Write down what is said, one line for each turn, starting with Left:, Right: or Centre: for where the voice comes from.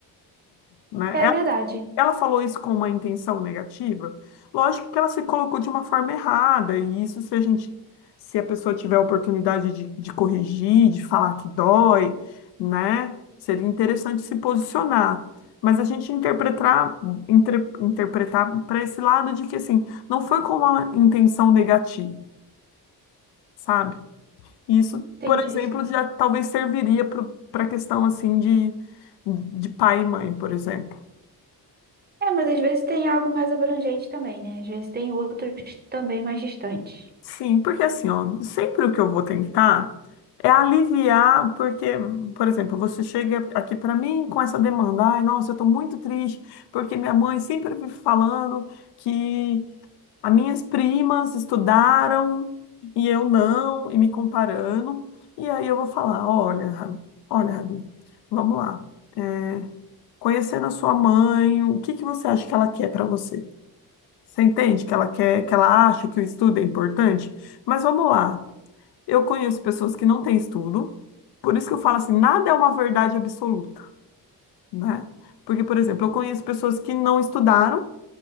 Left: Né?
Right: É verdade,
Left: Ela falou isso com uma intenção negativa? Lógico que ela se colocou de uma forma errada, e isso se a gente, se a pessoa tiver a oportunidade de, de corrigir, de falar que dói, né? Seria interessante se posicionar. Mas a gente interpretar, inter- interpretar para esse lado de que assim, não foi com uma intenção negativa, sabe? Isso,
Right: entendi,
Left: por exemplo,
Right: sim.
Left: já talvez serviria para a questão assim de, de pai e mãe, por exemplo.
Right: É, mas às vezes tem algo mais abrangente também, né? Às vezes tem outros também mais distantes.
Left: Sim, porque assim, ó, sempre o que eu vou tentar é aliviar, porque, por exemplo, você chega aqui para mim com essa demanda, ai, nossa, eu tô muito triste, porque minha mãe sempre me falando que as minhas primas estudaram e eu não, e me comparando, e aí eu vou falar, olha, Ra- olha, Rabi, vamos lá, é, conhecendo a sua mãe, o que que você acha que ela quer para você? Você entende que ela quer, que ela acha que o estudo é importante? Mas vamos lá. Eu conheço pessoas que não têm estudo, por isso que eu falo assim, nada é uma verdade absoluta, né? Porque, por exemplo, eu conheço pessoas que não estudaram